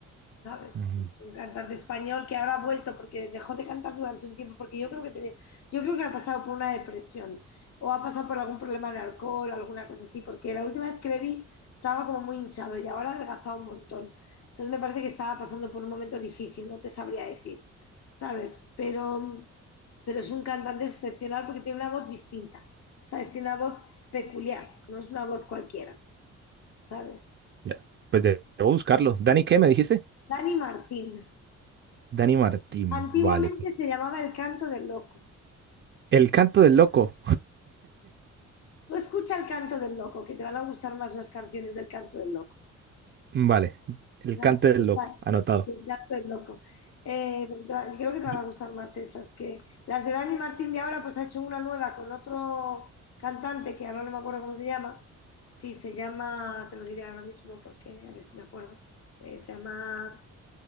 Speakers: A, on the left; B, on the right.
A: ¿sabes?
B: Ujú.
A: Es un cantante español que ahora ha vuelto porque dejó de cantar durante un tiempo, porque yo creo que tenía- yo creo que ha pasado por una depresión o ha pasado por algún problema de alcohol, alguna cosa así, porque la última vez que le vi estaba como muy hinchado y ahora ha adelgazado un montón. Entonces me parece que estaba pasando por un momento difícil, no te sabría decir, ¿sabes? Pero, pero es un cantante excepcional porque tiene una voz distinta, ¿sabes? Tiene una voz peculiar, no es una voz cualquiera. ¿sabes?
B: Ya. Pues de- debo buscarlo. ¿Dani qué me dijiste?
A: Dani Martín.
B: Dani Martín.
A: Antiguamente
B: Vale. pues.
A: se llamaba El Canto del Loco.
B: El canto del loco.
A: Tú escucha El Canto del Loco, que te van a gustar más las canciones del Canto del Loco.
B: <laughs> Vale, el
A: Las
B: canto
A: que
B: del
A: están-
B: loco, anotado.
A: El Canto del Loco. Eh, porque te va- creo que te van
B: Yo-
A: a gustar más esas que las de Dani Martín de ahora, pues ha hecho una nueva con otro cantante que ahora no me acuerdo cómo se llama. Sí, se llama, te lo diré ahora mismo porque a ver si me acuerdo. Eh, se llama,